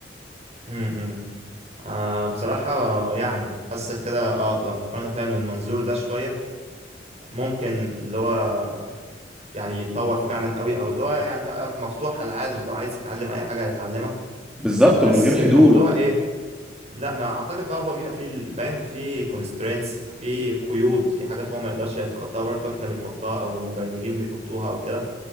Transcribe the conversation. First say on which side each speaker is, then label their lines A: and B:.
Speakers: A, on the right; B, in the centre.
A: امم آه بصراحة يعني حاسك كده اه لو فكرنا فيها من المنظور ده شوية ممكن اللي هو يعني يتطور فعلا قوي او اللي هو يعني بقى مفتوح على العالم اللي هو عايز يتعلم اي حاجة هيتعلمها
B: بالظبط
A: بس
B: ومن غير حدود
A: الموضوع ايه لا ما اعتقد بقى هو بيبقى فيه ال- فاهم فيه constraints فيه قيود في حاجات هو ما يقدرش يتخطاها برضه احنا بنحطها او المبرمجين بيحطوها او كده